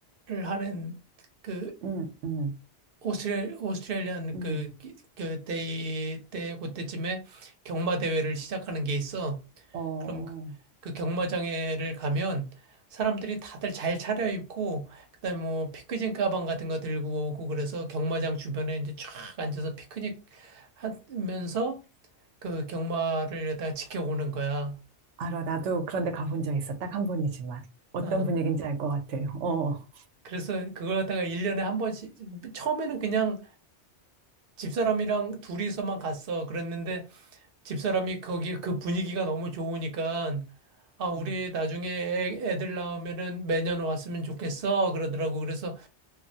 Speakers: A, on the right (about 55°); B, on the right (about 85°).
A: 하는 그
B: 음, 음,
A: 오스트레일 오스트레일리안
B: 음,
A: 그 그때 때 그때쯤에 경마 대회를 시작하는 게 있어.
B: 어,
A: 그럼 그, 그 경마장에를 가면 사람들이 다들 잘 차려입고 그다음에 뭐 피크닉 가방 같은 거 들고 오고 그래서 경마장 주변에 이제 쫙 앉아서 피크닉 하면서 그 경마를 갖다가 지켜오는 거야.
B: 알아. 나도 그런데 가본 적 있어. 딱 한 번이지만 어떤
A: 어.
B: 분위기인지 알 것 같아. 어,
A: 그래서 그걸 갖다가 일년에한 번씩 처음에는 그냥 집사람이랑 둘이서만 갔어. 그랬는데 집사람이 거기 그 분위기가 너무 좋으니까 아, 우리
B: 음,
A: 나중에 애, 애들 낳으면은 매년 왔으면 좋겠어. 그러더라고. 그래서